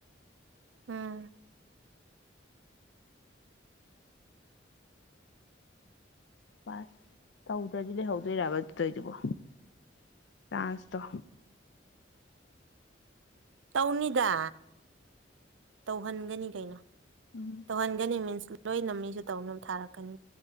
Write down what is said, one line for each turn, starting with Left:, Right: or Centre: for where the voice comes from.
Right: ꯎꯝ
Left: ꯑꯁ ꯇꯧꯗ꯭ꯔꯗꯤ ꯂꯩꯍꯧꯗꯣꯏꯔꯕ ꯑꯗꯨꯗꯩꯗꯨꯕꯣ ꯆꯥꯟꯁꯇ
Right: ꯇꯧꯅꯤꯗ ꯇꯧꯍꯟꯒꯅꯤ ꯀꯩꯅꯣ
Left: ꯎꯝ
Right: ꯇꯧꯍꯟꯒꯅꯤ ꯃꯤꯟꯁ ꯂꯣꯏꯅ ꯃꯤꯁꯨ ꯇꯧꯅꯕ ꯊꯥꯔꯛꯀꯅꯤ